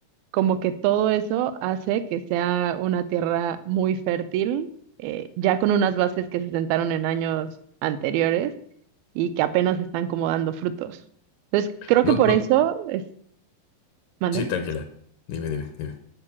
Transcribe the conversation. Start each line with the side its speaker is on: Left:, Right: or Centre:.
Right: como que todo eso hace que sea una tierra muy fértil, eh, ya con unas bases que se sentaron en años anteriores y que apenas están como dando frutos. Entonces, creo
Left: No,
Right: que por
Left: no,
Right: eso es, ¿mande?
Left: sí, tranquila. Dime, dime, dime.